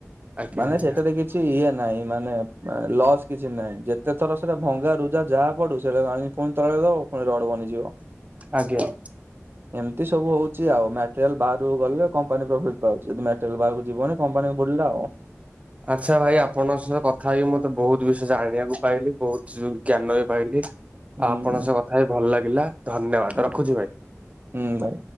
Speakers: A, on the right (about 25°); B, on the right (about 45°).
A: ଆଜ୍ଞା
B: ମାନେ
A: ଆଜ୍ଞା
B: ସେଠାରେ କିଛି ଇଏ ନାହିଁ, ମାନେ, ଲସ୍ କିଛି ନାହିଁ, ଯେତେ ଥର ସେଟା ଭଙ୍ଗାରୁୁ ଯାହା ଯାହା ପଡୁ, ସେଟା ପୁଣି ତଳେ ଦବ, ପୁଣି ରଡ ବନିଯିବ
A: ଆଜ୍ଞା।
B: ଏମତି । ସବୁ ହଉଛି ଆଉ ମଟେରିଲ ବାହାରକୁ ଗଲେ, କମ୍ପାନୀ ପ୍ରଫିଟ୍ ପାଉଛି, ଯଦି ମଟେରିଆଲ ବାହାରକୁ ଯିବନି, କମ୍ପାନୀ ବୁଡ଼ିଲା ଆଉ ।
A: ଆଛା ଭାଇ, ଆପଣଙ୍କ ସହ କଥା ହେଇ ମତେ ବହୁତ ବିଷୟ ଜାଣିବାକୁ ପାଇଲି, ବହୁତ ଜ୍ଞାନ ବି ପାଇଲି ।
B: ହୁଁ
A: ଆଉ ଆପଣଙ୍କ ସ କଥା ହେଇ ଭଲ ଲାଗିଲା । ଧନ୍ୟବାଦ,
B: ହୁଁ
A: ରଖୁଛି ଭାଇ ।
B: ହୁଁ ଭାଇ।